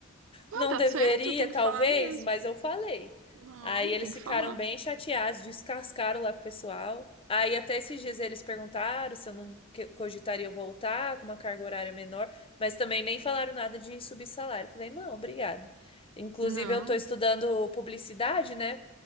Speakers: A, on the right; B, on the left.
A: Não,
B: Não
A: tá
B: deveria,
A: certo, tem
B: talvez,
A: que falar mesmo.
B: mas eu falei.
A: Não,
B: Aí eles
A: tem que
B: ficaram
A: falar.
B: bem chateados, descascaram lá com o pessoal. Aí até esses dias eles perguntaram se eu não que- cogitaria voltar com uma carga horária menor, mas também nem falaram nada de subir salário. Falei, não, obrigada. Inclusive,
A: Não.
B: eu estou estudando publicidade, né?